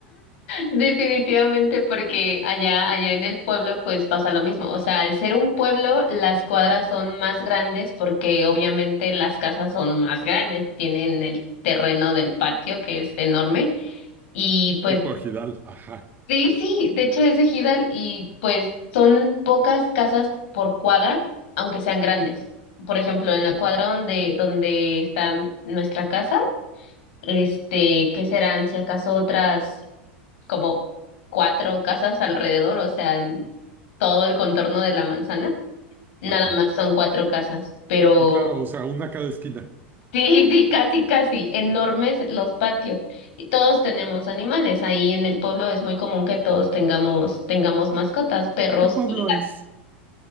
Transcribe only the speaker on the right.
tipo Gidal, ajá,
ajá.
Sí, claro, o sea, una a cada esquina.
¿Qué pueblo
es?